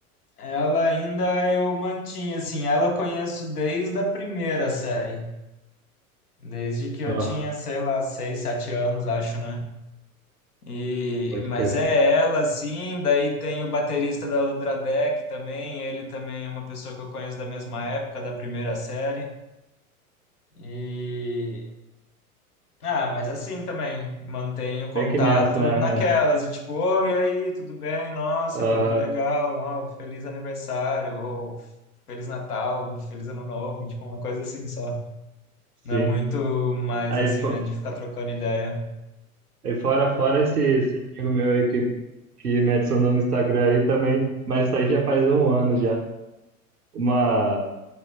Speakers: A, on the left; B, on the right.
A: ela ainda eu mantinha, assim, ela eu conheço desde a primeira série. Desde que eu
B: Aham,
A: tinha, sei lá, seis, sete anos, acho, né? E,
B: pode
A: mas
B: crer.
A: é ela, sim. Daí tem o baterista da Ultradeck também. Ele também é uma pessoa que eu conheço da mesma época, da primeira série. E. Ah, mas assim também, mantenho contato
B: bem que nessa, né?
A: naquelas, e tipo, oi, e aí, tudo bem? Nossa,
B: É, Aham,
A: meu, que legal, ó, feliz aniversário, ou feliz Natal, feliz Ano Novo, tipo, uma coisa assim só.
B: sim.
A: Não é muito mais
B: Aí,
A: assim,
B: pô,
A: né, de ficar trocando ideia.
B: aí fora, fora esse, esse amigo meu aí que, que me adicionou no Instagram aí também, mas isso aí já faz um ano já. Uma,